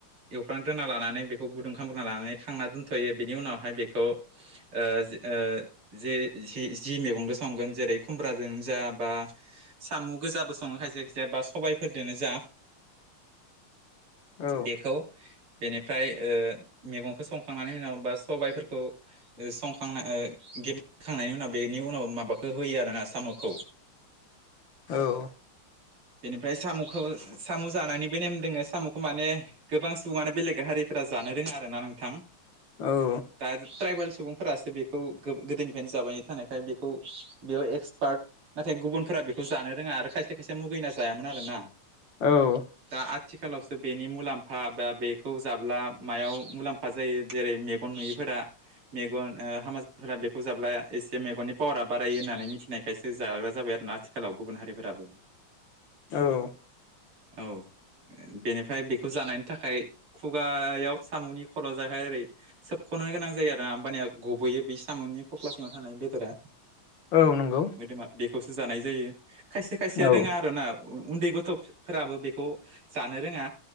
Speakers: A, on the right (about 80°); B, on the left (about 65°).
A: हुख्रां दोना लानानै बेखौ गुदुं खालामग्रोना लानानै खांना दोनथ'यो बेनि उनावहाय बेखौ ओ ओ जे जि जि मैगंदो संगोन जेरै खुमब ब्राजनो जा बा साम' गोजाबो सङो खायसे खायसेया बा सबायफोरदोनो जा
B: औ
A: बेखौ बेनिफ्राय ओ मैगंखौ संखांनानै उनाव बा सबायफोरखौ ओ संखांना ओ गेबखांनायनि उनाव बेनि उनाव माबाखौ होयो आरो ना साम'खौ
B: औ
A: बेनिफ्राय साम'खौ साम' जानायनिबो नेम दोङो साम'खौ माने गोबां सुबुङानो बेलेग हारिफोरा जानो रोङा आरोना नोंथां
B: औ
A: दा ट्राइबेल सुबुंफोरासो बेखौ गोदोनिफ्रायनो जाबाय थानायखाय बेखौ बेयाव एक्स बार्ट नाथाय गुबुनफोरा बेखौ जानो रोङा आरो खायसे खायसे मुगैना जायामोन आरो ना
B: औ
A: दा आथिखालावसो बेनि मुलाम्फा बा बेखौ जाब्ला मायाव मुलाम फा जायो जेरै मेगन नुयिफोरा मेगन ओ हामाजफोरा बेखौ जाब्ला एसे मेगननि पावारा बारायो होननानै मिथिनायखाय खायसो जाग्रा जाबाय आरो ना आथिखालाव गुबुन हारिफोराबो
B: औ
A: औ बेनिफ्राय बेखौ जानायनि थाखाय खुगायाव साम'नि खर' जाहाय ओरै सोबख'नो गोनां जायो आरो होमबानिया गबोैयो बै साम'नि खख्ला सिङाव थानाय बेदरा
B: औ नोंगौ
A: मोदोमा बेखौसो जानाय जायो खायसे खायसेया
B: औ
A: रोङा आरो ना उन्दै गथ'फोराबो बेखौ जानो रोङा